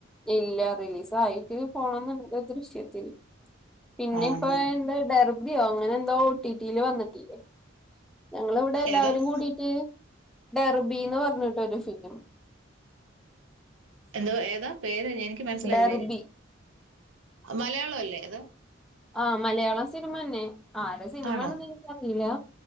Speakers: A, in the centre; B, on the right.
A: ഇല്ല റിലീസായിട്ട് പോണംന്ന്ണ്ട് ദൃശ്യത്തിന്. പിന്നെ
B: ആഹ്
A: പ്പോ ന്താ ഡർഭിയൊ അങ്ങനെ എന്തോ ടി ടി ല് വന്നിട്ടില്ലെ. ഞങ്ങള് വ്ടെ എല്ലാവരും
B: ഏതാ
A: കൂടിട്ട് ഡെർബീന്ന് പർഞ്ഞിട്ടൊര് ഫിലിമ്
B: എന്തൊ ഏതാ പേര് എനിക്ക് മൻസ്സിലായില്ല
A: ഡെർബി
B: പേര്. മലയാളം അല്ലെ അതൊ?
A: ആഹ് മലയാളം സിനിമന്നെ. ആരെ സിനിമാണെന്ന്
B: ആണോ
A: എനിയ്ക്കറീലാ.